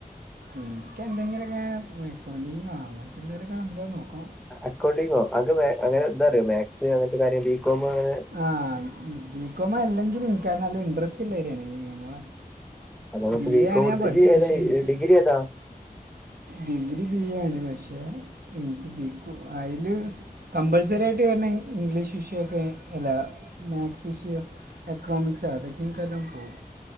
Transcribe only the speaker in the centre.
അക്കൗണ്ടിങ്ങോ അക അങ്ങനെ എന്താറിയോ മാത്‍സ് അങ്ങനത്തെ കാര്യം ബികോം അങ്ങനെ
അങ്ങനെ
ബികോം
എടുത്ത്
ഇജ്ജ് ഏതാ
ഡിഗ്രി ഏതാ